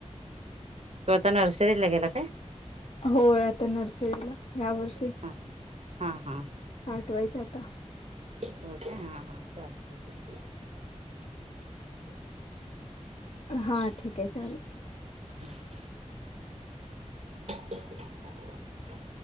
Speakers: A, on the right; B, on the left.
A: तो आता नर्सरीला गेला काय?
B: होय आता नर्सरीला. ह्या वर्षी.
A: ह, हा हा.
B: पाठवायचं आता.
A: होय काय? हा हा चालतंय की.
B: हा ठीके चालेल.
A: <inaudible> <inaudible>